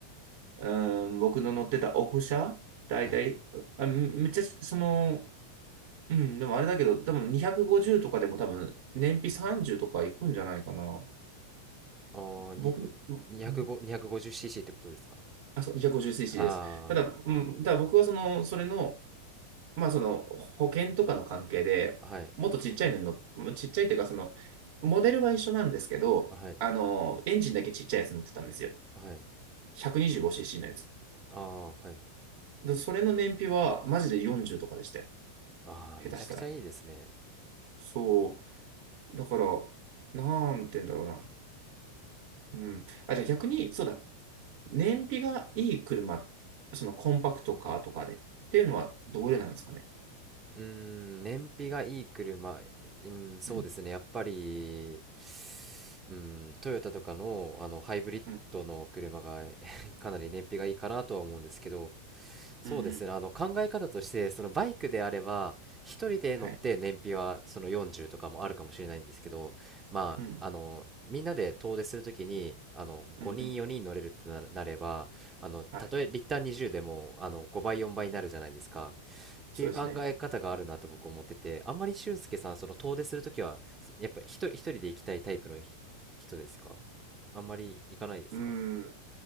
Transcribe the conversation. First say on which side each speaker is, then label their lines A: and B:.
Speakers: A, on the right; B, on the right.
A: うん、僕の乗ってたオフ車、だいたい、
B: はい。
A: あめっちゃ、その、うん、でもあれだけど、多分250とかでも多分燃費30とかいくんじゃないかな。
B: ああ、
A: 僕、
B: に、に、
A: うんう
B: 205、250cc ってことですか
A: あ、そう、250cc
B: あ
A: です。ただ、うん、ただ僕はその、それの、まあその、保険とかの関係で、
B: あー、はい。
A: もっとちっちゃいのに乗っちっちゃいっていうか、その、モデルは一緒なんですけど、
B: はい。
A: あの、エンジンだけちっちゃいやつ乗ってたんですよ。
B: はい。
A: 125cc のやつ。
B: ああ、はい。
A: で、それの燃費はマジで40とかでしたよ。
B: ああ、
A: 下手したら。
B: めちゃくちゃいいですね。
A: そう。だから、なんて言うんだろうな。うん。あ、じゃあ逆に、そうだ。燃費がいい車、そのコンパクトカーとかでっていうのはどれなんですかね。
B: うーん、燃費がいい車、うん、そうですね、
A: うん、
B: やっぱり、うん、トヨタとかの、あのハイブリッドの車が
A: うん、
B: <laughs> かなり燃費がいいかなとは思うんですけど、そうですね、
A: うん、うん
B: あの考え方として、そのバイクであれば、一人で乗って燃費はその40とかもあるかもしれないんですけど、
A: はい。
B: まあ、
A: うん、
B: あの、みんなで遠出するときに、あの、
A: うん、
B: 5人、
A: うん、
B: 4人乗れるってな、なれば、あの、たとえリッター20でも、
A: はい。
B: あの、5倍、4倍になるじゃないですか。っていう考え方があるなと僕思ってて、
A: そうですね。
B: あんまり俊介さん、その遠出するときは、そやっぱり一人、一人で行きたいタイプのひ人ですかあんまり行かないですか
A: うん。